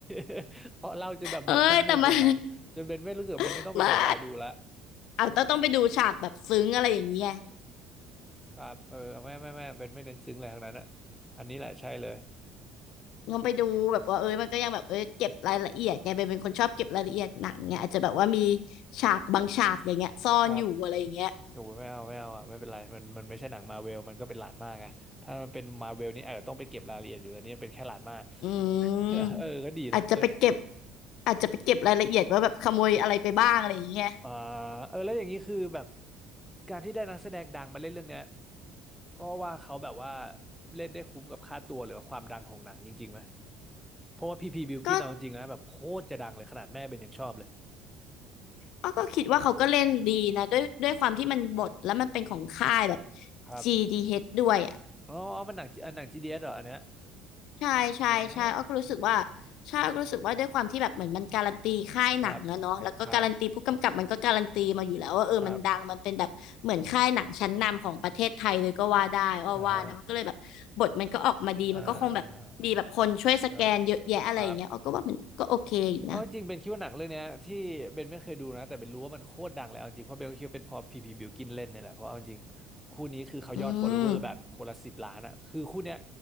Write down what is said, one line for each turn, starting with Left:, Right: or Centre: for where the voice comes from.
Centre: <laughs> เพราะเล่าจนแบบหมดทุกมุมของหนัง
Left: เอ้ยแต่มัน
Centre: จนเบนไม่รู้สึกว่าเบนไม่ต้องไปเสียเวลาดูละ
Left: <laughs> ไม่เอาต้องต้องไปดูฉากแบบซึ้งอะไรอย่างเงี้ย
Centre: ครับเออไม่ไม่ไม่เบนไม่เน้นซึ้งอะไรทั้งนั้นอะอันนี้แหละใช่เลย
Left: ต้องไปดูแบบว่าเอ้ยมันก็ยังแบบเอ้ยเก็บรายละเอียดไงเบนเป็นคนชอบเก็บรายละเอียดหนังเงอาจจะแบบว่ามีฉากบางฉากอย่างเงี้ยซ่อนอยู่อะไรอย่างเงี้ย
Centre: ครับโอ้ยไม่เอาไม่เอาอ่ะไม่เป็นไรมันมันไม่ใช่หนังมาเวล มันก็เป็นหลานมากไงถ้ามันเป็นมาเวลนี่อาจจะต้องไปเก็บรายละเอียดอยู่แต่นี่มันเป็นแค่หลานมาก
Left: อื
Centre: <laughs>
Left: มอาจจะไปเก็บ
Centre: เออก็ดีนะเออ
Left: อาจจะไปเก็บรายละเอียดว่าแบบขโมยอะไรไปบ้างอะไรอย่างเงี้ย
Centre: อ่าเออแล้วอย่างนี้คือแบบการที่ได้นักแสดงดังมาเล่นเรื่องเนี้ยก็ว่าเขาแบบว่าเล่นได้คุ้มกับค่าตัวหรือว่าความดังของหนังจริงๆไหมเพราะว่าพีพีบิลกินเอาจริงนะแบบโคตรจะดังเลยขนาดแม่เป็นยังชอบเลย
Left: ก็ อ้อก็คิดว่าเขาก็เล่นดีนะด้วยด้วยความที่มันบทแล้วมันเป็นของค่ายแบบ
Centre: ครับ
Left: GDH ดเอชด้วยอ่ะ
Centre: อ๋ออ๋อมันหนังอันหนังจีดีเอสเหรออันเนี้ย
Left: ใช่ใช่ใช่อ้อก็รู้สึกว่า
Centre: แตม
Left: ใช่อ้อก็รู้สึกว่าด้วยความที่แบบเหมือนมันการันตีค่ายหนังอะเนาะแล้วก็การันตีผู้กำกับมันก็การันตีมาอยู่แล้วว่าเออมันดังมันเป็นแบบเหมือนค่ายหนังชั้นนำของประเทศไทยเลยก็ว่าได้อ้อว่านะมันก็เลยแบบบทมันก็ออกมาดีมันก็คงแบบมีแบบคนช่วยสแกนเยอะแยะอะไรอย่างเงี้ยอ้อก็ว่ามันก็โอเคอยู่นะ
Centre: ครับครับครับอ่าฮะอ่าอ่าครับ เพราะจริงๆเบนคิดว่าหนังเรื่องเนี้ยที่เบนไม่เคยดูนะแต่เบนรู้ว่ามันโคตรดังเลยเอาจริงเพราะเบนก็คิดว่าเป็นเพอพีพีบิวกินเล่นเนี่ยแหละเพราะเอาจริงคู่นี้คือเขายอด
Left: อืม
Centre: follower แบบคนละสิบล้านอ่ะคือคู่เนี้ย